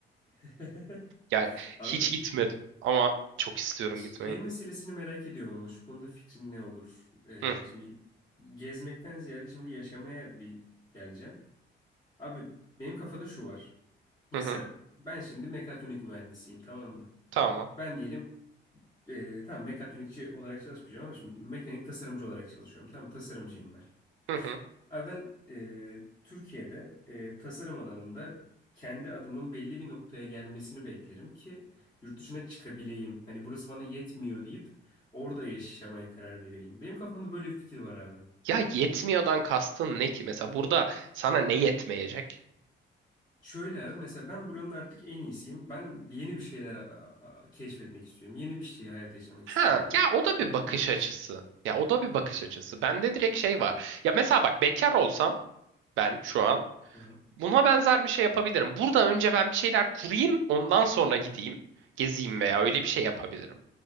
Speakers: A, on the left; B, on the right.
A: <laughs>
B: Ya
A: Abi
B: hiç gitmedim ama çok istiyorum gitmeyi.
A: Şey meselesini merak ediyorum ama şu konuda fikrin ne olur? Ee,
B: Hı
A: şimdi gezmekten ziyade şimdi yaşamaya bir geleceğim. Abi benim kafada şu var. Mesela
B: hı hı.
A: ben şimdi mekatronik mühendisiyim tamam mı?
B: Tamam.
A: Ben diyelim e, tamam mekatronikçi olarak çalışmayacağım ama şimdi mekanik tasarımcı olarak çalışıyorum. Tamam tasarımcıyım ben.
B: Hı hı.
A: Abi ben e, Türkiye'de e, tasarım alanında kendi adımın belli bir noktaya gelmesini beklerim ki yurt dışına çıkabileyim. Hani burası bana yetmiyor deyip orada yaşamaya karar vereyim. Benim kafamda böyle bir fikir var abi.
B: Ya yetmiyordan kastın ne ki? Mesela burada sana ne yetmeyecek?
A: Şöyle abi mesela ben buranın artık en iyisiyim. Ben yeni bir şeyler a- a- keşfetmek istiyorum. Yeni bir şey hayat yaşamak
B: Ha,
A: istiyorum deyip.
B: ya o da
A: Anladın
B: bir bakış
A: mı?
B: açısı. Ya o da bir bakış açısı. Bende direkt şey var. Ya mesela bak bekar olsam ben şu an
A: Hı hı.
B: Buna benzer bir şey yapabilirim. Burada önce ben bir şeyler kurayım, ondan sonra gideyim, gezeyim veya öyle bir şey yapabilirim.